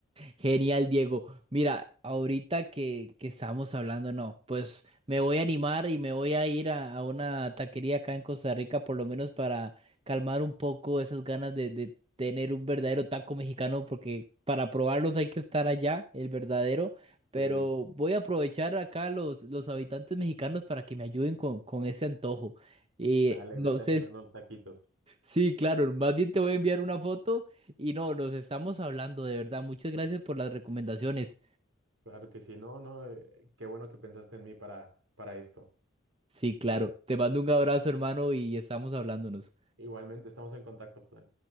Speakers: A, on the right; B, on the right.
A: Genial, Diego. Mira, ahorita que, que estamos hablando, no, pues me voy a animar y me voy a ir a, a una taquería acá en Costa Rica, por lo menos para calmar un poco esas ganas de, de tener un verdadero taco mexicano, porque para probarlos hay que estar allá, el verdadero. Pero
B: Sí,
A: voy a aprovechar acá los, los habitantes mexicanos para que me ayuden con, con ese antojo. Y
B: dale,
A: no
B: vete
A: sé
B: a cenar unos taquitos.
A: Sí, claro, más bien te voy a enviar una foto y no, nos estamos hablando, de verdad. Muchas gracias por las recomendaciones.
B: Claro que sí, no, no, eh, qué bueno que pensaste en mí para, para esto.
A: Sí, claro. Te mando un abrazo, hermano, y estamos hablándonos.
B: Igualmente, estamos en contacto, Julián.